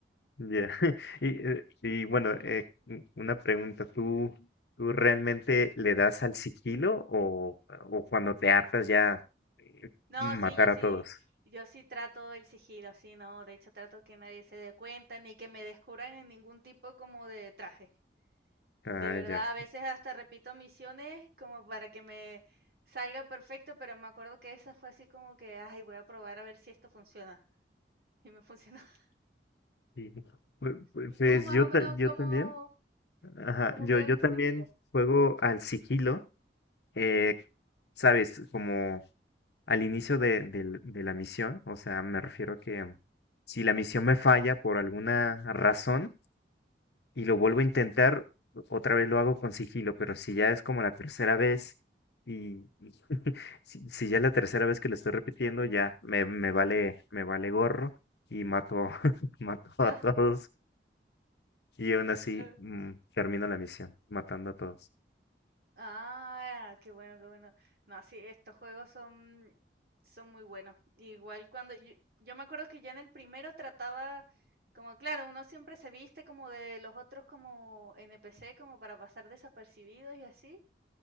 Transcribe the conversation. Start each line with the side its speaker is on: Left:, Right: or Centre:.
Left: Ya. <laughs> Y, eh, y bueno, eh, un- una pregunta, ¿tú, tú realmente le das al sigilo o, o cuando te hartas ya eh,
Right: No,
Left: matar
Right: sí, yo
Left: a
Right: sí,
Left: todos?
Right: yo sí trato el sigilo, sí, no, de hecho trato que nadie se dé cuenta ni que me descubran en ningún tipo como de traje.
Left: Ah,
Right: De verdad,
Left: ya.
Right: a veces hasta repito misiones como para que me salga perfecto, pero me acuerdo que esa fue así como que, ay, voy a probar a ver si esto funciona. Y me funcionó. <laughs>
Left: Sí. Pu- pu-
Right: ¿Y
Left: Pues
Right: tú más
Left: yo,
Right: o menos
Left: ta- yo
Right: cómo,
Left: también, ajá,
Right: cómo
Left: yo,
Right: juegas
Left: yo también
Right: sigilo?
Left: juego al sigilo, eh, sabes, como al inicio de, del- de la misión, o sea, me refiero que si la misión me falla por alguna razón, y lo vuelvo a intentar, otra vez lo hago con sigilo, pero si ya es como la tercera vez y, y <laughs> si, si ya es la tercera vez que lo estoy repitiendo, ya me, me vale, me vale gorro y mato, <laughs> mato a
Right: Ya.
Left: todos y aún así
Right: Eh.
Left: mm, termino la misión matando a todos,
Right: Ah, qué bueno, qué bueno. No, sí, estos juegos son, son muy buenos. Igual cuando yo, yo me acuerdo que yo en el primero trataba, como claro, uno siempre se viste como de los otros como NPC, como para pasar desapercibidos y así.